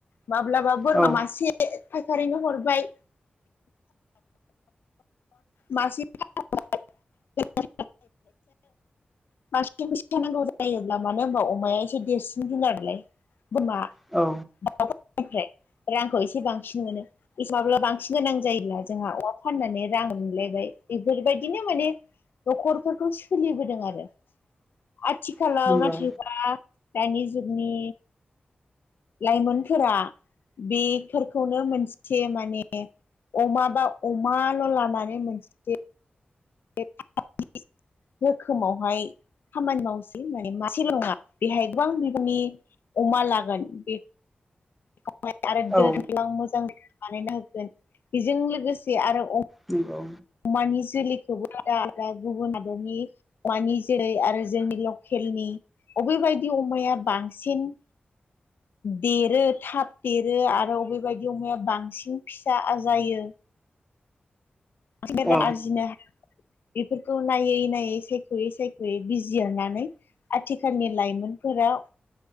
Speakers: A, on the left; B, in the centre.
A: माब्लाबा बोरमा
B: औ
A: मासे फायखारिनो हरबाय। मासि <unintelligible> <unintelligible> जायोब्ला मानो होनबा अमाया एसे देरसिन <unintelligible> बोरमा
B: औ
A: <unintelligible> फोरनिफ्राय रांखौ एसे बांसिन मोनो <unintelligible> माब्ला बांसिन गोनां जायोब्ला जोंहा अमा फाननानै रां मोनलायबाय बेफोरबायदिनो माने न'खरफोरखौ सोलिबोदों आरो आथिखालाव
B: नंगौ
A: नाथायबा दानि जुगनि लाइमोनफोरा बेफोरखौनो मोनसे माने अमा बा अमाल' लानानै मोनसे <unintelligible> रोखोमावहाय खामानि मावसै माने मासेल' नङा बेहाय गोबां बिबांनि अमा लागोन बे <unintelligible> आरो <unintelligible>
B: औ
A: मोजां बानायना होगोन बेजों लोगोसे आरो
B: नंगौ
A: अमानि जोलैखौबो दा-दा गुबुन हादरनि <unintelligible> जेरै आरो जोंनि लकेलनि अबेबायदि अमाया बांसिन देरो थाब देरो आरो अबेबायदि अमाया बांसिन फिसा आजायो। <unintelligible>
B: औ
A: आरजिनो हा बेफोरखौ नायै नायै सायख'यै सायख'यै बिजिरनानै आथिखालनि लाइमोनफोरा